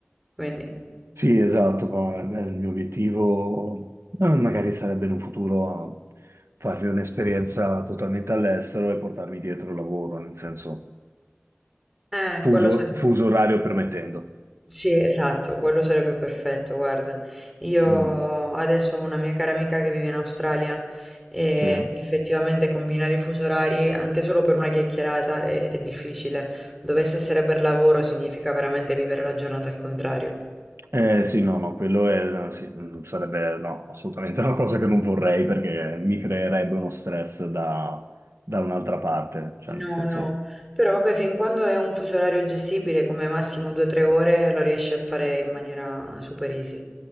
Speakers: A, in the centre; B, on the right.
A: quindi
B: Sì, esatto, poi, beh, il mio obiettivo eh, magari sarebbe in un futuro a farmi un'esperienza totalmente all'estero e portarmi dietro il lavoro, nel senso
A: eh,
B: fuso,
A: quello sai.
B: fuso orario permettendo.
A: Sì, esatto, quello sarebbe perfetto. Guarda, io
B: Mm,
A: adesso ho una mia cara amica che vive in Australia e
B: sì.
A: effettivamente combinare i fusi orari anche solo per una chiacchierata è, è difficile. Dovesse essere per lavoro significa veramente vivere la giornata al contrario.
B: Eh, sì, no, no, quello è, sì, mm, sarebbe no, assolutamente una cosa che non vorrei perché mi creerebbe uno stress da, da un'altra parte, cioè nel
A: No,
B: senso...
A: no, però vabbè, fin quando è un fuso orario gestibile, come massimo 2 tre ore, lo riesce a fare in maniera super easy.